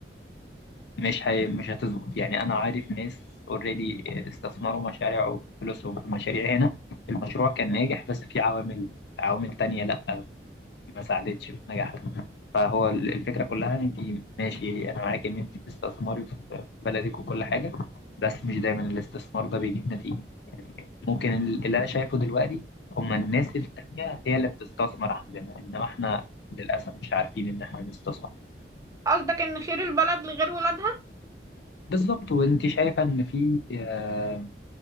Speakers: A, on the left; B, on the right.
A: مش هي... مش هتظبط يعني انا عارف ناس اوريدي استثمروا مشاريع وفلوسهم في مشاريع هنا المشروع كان ناجح بس في عوامل عوامل تانية لا ما ساعدتش في نجاح ده فهو الفكرة كلها ان انت ماشي انا معاك ان انت بتستثمري في بلدك وكل حاجة بس مش دايما الاستثمار ده بيجيب نتيجة ممكن اللي انا شايفه دلوقتي هما الناس التانية هي اللي بتستثمر عندنا انما احنا للأسف مش عارفين ان احنا نستثمر
B: قصدك إن خير البلد لغير ولادها
A: بالظبط وانت شايفة ان في آه،